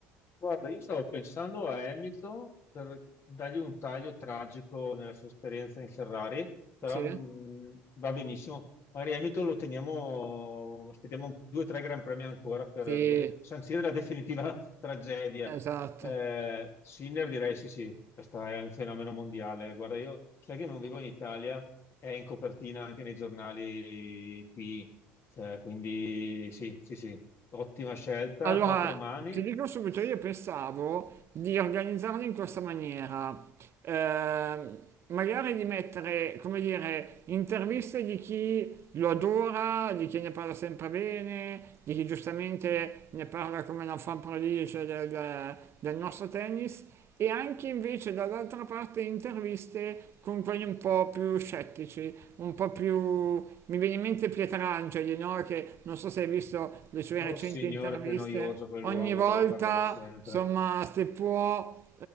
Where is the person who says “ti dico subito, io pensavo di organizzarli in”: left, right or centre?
Right